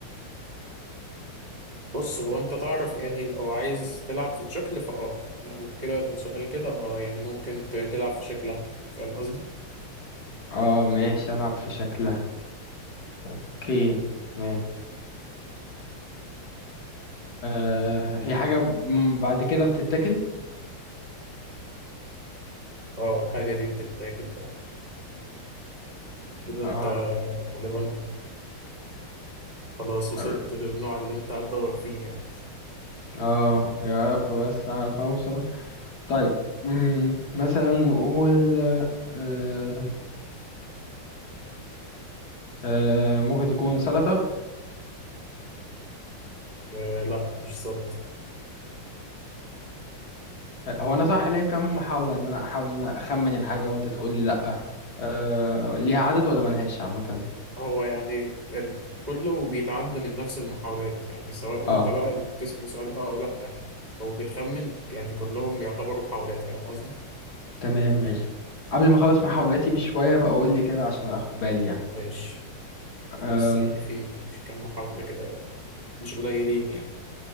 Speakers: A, on the right; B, on the left.
A: بص هو أنت تعرف يعني لو عايز تلعب في الشكل فاه لو كده السؤال كده اه يعني ممكن ت- تلعب في شكلها فاهم قصدي؟
B: اه ماشي ألعب في شكلها اوكي تمام آه هي حاجة م- بعد كده بتتاكل؟
A: اه الحاجة دي بتتاكل فعلا كده
B: اه
A: أنت غالبا خلاص وصلت
B: قررت.
A: للنوع اللي أنت هتدور فيه يعني.
B: اه يا رب بس أعرف أوصل طيب مم، مثلا نقول آه آه ممكن تكون سلطة؟
A: آه لا مش سلطة
B: هو انا صح ليا كام محاوله ان انا احاول ان انا اخمن الحاجه وانت تقول لي لا أه ليها عدد ولا ملهاش عامه
A: هو يعني ال... كله بيتعدى من نفس المحاولات يعني سواء انت
B: اه
A: بقى بتسأل سؤال اه او لا او بتخمن يعني كلهم يعتبروا محاولات فاهم قصدي
B: تمام ماشي قبل ما اخلص محاولاتي بشويه بقول لي كده عشان اخد بالي يعني
A: ماشي
B: أم
A: لسه يعني في كم محاولة كده مش قليلين يعني